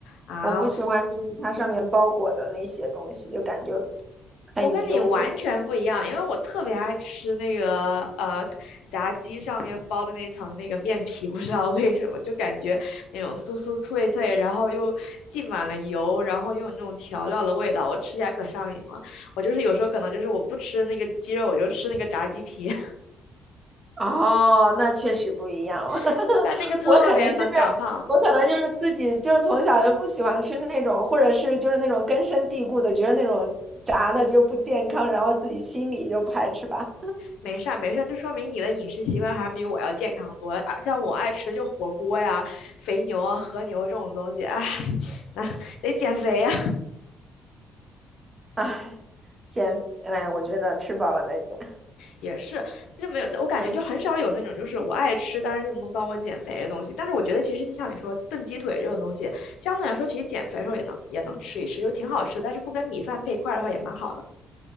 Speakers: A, on the left; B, on the right.
A: 啊，
B: 我不喜欢就是它上面包裹的那些东西，就感觉很油。
A: 我跟你完全不一样，因为我特别爱吃那个呃炸鸡上面包的那层那个面皮，不知道为什么就感觉那种酥酥脆脆，然后又浸满了油，然后又有那种调料的味道，我吃起来可上瘾了。我就是有时候可能就是我不吃那个鸡肉，我就吃那个炸鸡皮，
B: 哦，那确实不一样。<laughs>
A: <laughs> 但那个特别能长胖。
B: 我可能就是我可能就是自己就是从小就不喜欢吃那种，或者是就是那种根深蒂固的，觉得那种炸的就不健康，然后自己心里就排斥吧。
A: 没事儿，没事儿，这说明你的饮食习惯还是比我要健康多了啊像我爱吃就火锅呀、肥牛啊、和牛这种东西，哎，那得减肥呀。
B: 唉，减，哎，我觉得吃饱了再减。
A: 也是，就没有，我感觉就很少有那种就是我爱吃，
B: 嗯，
A: 但是就能帮我减肥的东西。但是我觉得其实你像你说炖鸡腿这种东西，相对来说其实减肥的时候也能也能吃一吃，又挺好吃，但是不跟米饭配一块儿的话也蛮好的，